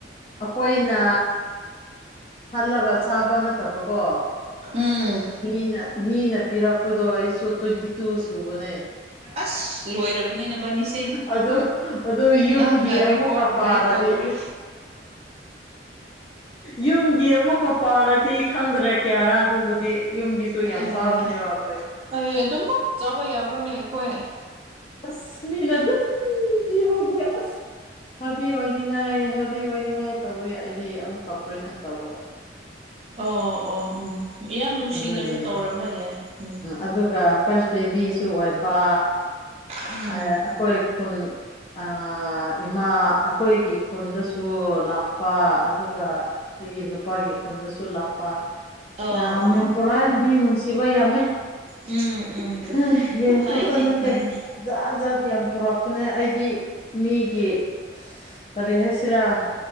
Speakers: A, on the left; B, on the right.
A: ꯑꯩꯈꯣꯏꯅ ꯈꯜꯂꯒ ꯆꯥꯕ ꯅꯠꯇꯕꯀꯣ
B: ꯎꯝ
A: ꯃꯤꯅ ꯃꯤꯅ ꯄꯤꯔꯛꯄꯗꯣ ꯑꯩꯁꯨ ꯇ꯭ꯋꯤꯟꯇꯤ ꯇꯨ ꯁꯨꯕꯅꯦ
B: ꯑꯁ ꯂꯣꯏꯔꯕꯅꯤ ꯅꯕꯥꯅꯤꯁꯦ
A: ꯑꯗꯨ ꯑꯗꯨ ꯌꯨꯝꯒꯤ
B: ꯅꯪꯅ
A: ꯑꯃꯨꯛꯀ
B: ꯔꯦꯀꯣꯔꯠ
A: ꯄꯥꯔꯗꯤ
B: ꯕ꯭ꯔꯦꯛ ꯇꯧꯈ꯭ꯔꯦ
A: ꯌꯨꯝꯒꯤ ꯑꯃꯨꯛꯀ ꯄꯥꯔꯗꯤ ꯈꯪꯗ꯭ꯔꯦ ꯀꯌꯥꯔꯥ ꯑꯗꯨꯕꯨꯗꯤ ꯌꯨꯝꯒꯤꯁꯨ ꯌꯥꯝ
B: ꯑꯦ
A: ꯆꯥꯕꯅꯦ ꯑꯩꯈꯣꯢ
B: ꯑꯩ ꯑꯗꯨꯝꯃꯛ ꯆꯥꯕ ꯌꯥꯕ꯭ꯔꯣꯅꯦ ꯑꯩꯈꯣꯏ
A: ꯑꯁ ꯃꯤꯅ ꯑꯗꯨꯝ ꯄꯤꯕꯒꯤ ꯑꯁ ꯍꯦꯜꯗꯤ ꯑꯣꯏꯅꯤꯡꯉꯥꯏ ꯍꯦꯜꯗꯤ ꯑꯣꯏꯅꯤꯡꯉꯥꯏ ꯇꯧꯕ ꯑꯩꯗꯤ ꯑꯃꯨꯛꯀ ꯑꯣꯄꯔꯦꯁꯟ ꯇꯧꯕꯒ
B: ꯑꯣ ꯑꯣ ꯎꯝ ꯌꯥꯝ ꯅꯨꯡꯁꯤꯅꯁꯨ
A: ꯑꯗꯨꯒꯤ
B: ꯇꯧꯔꯝꯕ ꯌꯥꯏ ꯎꯝ
A: ꯑꯗꯨꯒ ꯐꯥꯔꯁ ꯕꯦꯕꯤꯁꯨ ꯑꯣꯏꯕ
B: ꯎꯝ
A: ꯑꯥ ꯑꯩꯈꯣꯏ ꯈꯨꯟ ꯑꯥ ꯏꯃꯥ ꯑꯩꯈꯣꯏꯒꯤ ꯈꯨꯟꯗꯁꯨ ꯂꯥꯛꯄ ꯑꯗꯨꯒ ꯑꯩꯒꯤ ꯅꯨꯄꯥꯒꯤ ꯈꯨꯟꯗꯁꯨ ꯂꯥꯛꯄ
B: ꯑꯣ
A: ꯌꯥꯝ ꯌꯥꯝ
B: ꯑꯣ
A: ꯄꯨꯔꯛꯑꯦ ꯃꯤ ꯅꯨꯡꯁꯤꯕ ꯌꯥꯝꯃꯦ
B: ꯎꯝ ꯎꯝ
A: ꯑꯥ ꯌꯦꯟ
B: ꯐꯩꯅꯦ
A: ꯈꯥꯛꯇ ꯅꯠꯇꯦ
B: ꯐꯩꯅꯦ
A: ꯖꯥꯠ ꯖꯥꯠ ꯌꯥꯝ ꯄꯨꯔꯛꯄꯅꯦ ꯑꯩꯗꯤ ꯃꯤꯒꯤ ꯀꯔꯤ ꯍꯥꯏꯁꯤꯔ